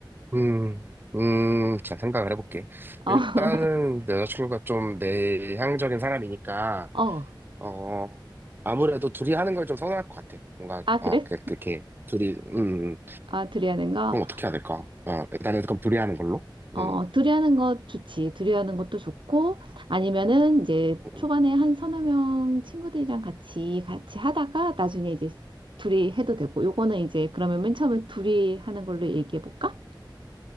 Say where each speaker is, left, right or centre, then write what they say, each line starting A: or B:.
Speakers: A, on the right; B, on the right.
A: 음, 음, 음, 자, 생각을 해볼게.
B: 어.
A: 일단은
B: <laughs>
A: 내 여자친구가 좀 내향적인 사람이니까,
B: 어.
A: 어, 아무래도 둘이 하는 걸 좀 선호할 것 같아. 뭔가,
B: 아, 그래?
A: 어, 그, 그렇게, 둘이, 음, 음.
B: 아, 둘이 하는 거?
A: 그럼 어떻게 해야 될까? 어, 일단은 그럼 둘이 하는 걸로?
B: 어,
A: 음.
B: 둘이하는 것 좋지. 둘이하는 것도 좋고, 아니면은 이제 초반에
A: 음.
B: 한 서너 명 친구들이랑 같이 같이 하다가 나중에 이제 둘이 해도 되고, 요거는 이제 그러면 맨 처음에 둘이 하는 걸로 얘기해 볼까?